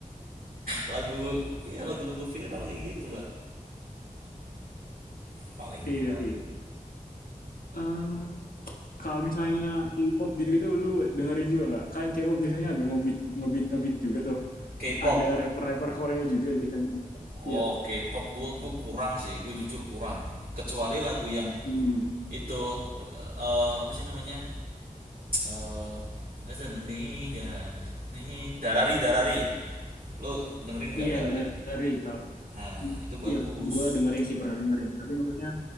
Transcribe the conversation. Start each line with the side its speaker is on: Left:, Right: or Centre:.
Right: lagu iya lagu-lagu viral kayak gitu paling
Left: Iya
Right: gue
Left: sih. Em, kalau misalnya K-pop gitu-gitu lu dengerin juga nggak? Kan K-pop biasanya agak ngebeat ngebeat ngebeat juga tuh.
Right: K-pop
Left: Ada rapper-rapper Korea juga biasanya. Iya.
Right: oh K-pop gue gue kurang sih gue jujur kurang kecuali lagu yang
Left: Hmm.
Right: itu eh, apa sih namanya eh Azananiga, nih gak nih Darari Darari lo dengerin nggak
Left: Iya,
Right: Darari
Left: dari tahu.
Right: nah itu bagus
Left: Iya, gua dengerin sih pernah dengerin. Tapi maksudnya